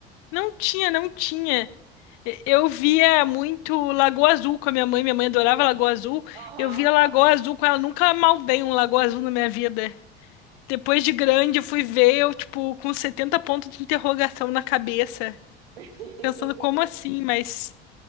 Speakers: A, on the left; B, on the right.
A: não tinha, não tinha. E- Eu via muito Lagoa Azul com a minha mãe. Minha mãe adorava Lagoa Azul.
B: Aham,
A: Eu via Lagoa
B: aham.
A: Azul com ela. Nunca maldei um Lagoa Azul na minha vida. Depois de grande, eu fui ver, eu, tipo, com 70 pontos de interrogação na cabeça.
B: <laughs>
A: Pensando, como assim? Mas